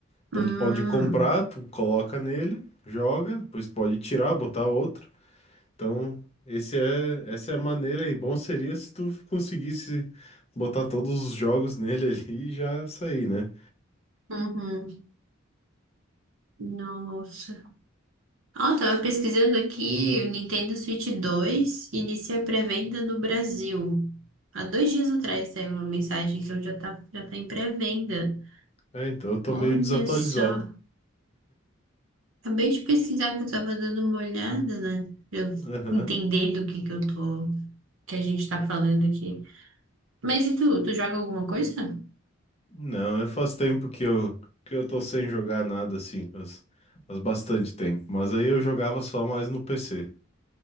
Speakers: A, on the left; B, on the right.
A: Então
B: Hum.
A: tu pode comprar, tu coloca nele, joga, depois tu pode tirar, botar outro. Então, esse é, essa é a maneira e bom seria se tu conseguisse botar todos os jogos nele <laughs> ali e já sair, né?
B: Uhum. Nossa. Ah, eu tava pesquisando aqui, o Nintendo Switch dois inicia a pré-venda no Brasil. Há dois dias atrás saiu uma mensagem então já tá, já tá em pré-venda.
A: É, então eu tô
B: Olha
A: meio desatualizado.
B: só. Acabei de pesquisar que eu tava dando uma olhada, né? Pra Eu
A: Aham.
B: entender do que que eu tô, que a gente tá falando aqui. Mas e tu, tu joga alguma coisa?
A: Não, eu faz tempo que eu, que eu tô sem jogar nada assim, faz, faz bastante tempo. Mas aí eu jogava só mais no PC,